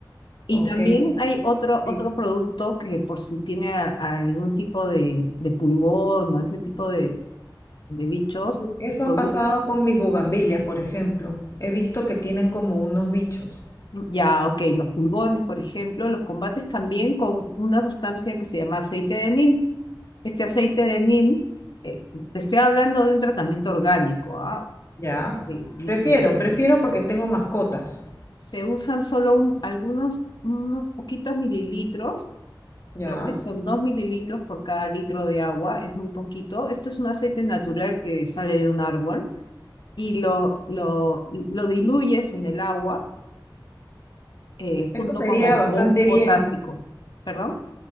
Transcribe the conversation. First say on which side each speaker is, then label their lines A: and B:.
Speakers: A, on the left (about 70°); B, on the left (about 40°).
A: Y
B: Ok,
A: también hay otro,
B: sí.
A: otro producto que por si tiene a- a algún tipo de, de pulgón o ese tipo de, de bichos.
B: Sí, Eso
A: pol-
B: ha pasado con mis bugambilias, por ejemplo. He visto que tienen como unos bichos.
A: Ya, ok, los pulgones, por ejemplo, los combates también con una sustancia que se llama aceite de neem. este aceite de neem, eh, te estoy hablando de un tratamiento orgánico, ¿ah?
B: Ya.
A: Y- y-
B: Prefiero,
A: y
B: prefiero porque tengo mascotas.
A: se usan solo un- algunos, unos poquitos mililitros,
B: Ya.
A: creo que son dos mililitros por cada litro de agua, es muy poquito. Esto es un aceite natural que sale de un árbol y lo, lo, lo diluyes en el agua eh,
B: Esto
A: junto
B: sería
A: con el jabón
B: bastante
A: potásico.
B: bien.
A: ¿Perdón?